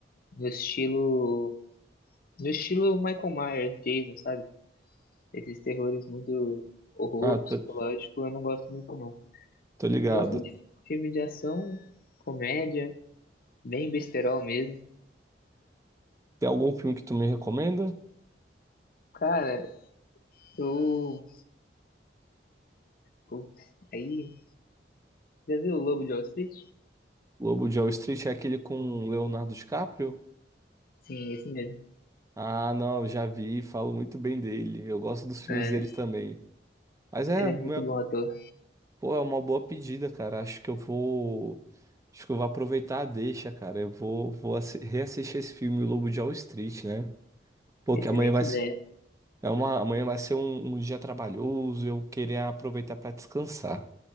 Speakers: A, on the left; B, on the right.
A: no estilo, no estilo Michael Myers, Jason, sabe? Esses terrores muito horror,
B: Ah, tô,
A: psicológico, eu não gosto muito não.
B: tô ligado.
A: Eu gosto de filme de ação, comédia, bem besterol mesmo.
B: Tem algum filme que tu me recomenda?
A: Cara, eu, putz, aí Já viu o Lobo de Wall Street?
B: Lobo de Wall Street é aquele com Leonardo DiCaprio?
A: Sim, esse mesmo.
B: Ah, não, eu já vi, falo muito bem dele. Eu gosto dos filmes
A: É,
B: deles também. Mas é,
A: ele
B: uma-
A: é muito bom ator.
B: pô, é uma boa pedida, cara. Acho que eu vou, acho que eu vou aproveitar a deixa, cara. Eu vou, vou assi- reassistir esse filme, o Lobo de Wall Street, né? Porque
A: Excelente
B: amanhã vai,
A: ideia.
B: se- é uma, amanhã vai ser um, um dia trabalhoso, eu queria aproveitar pra descansar.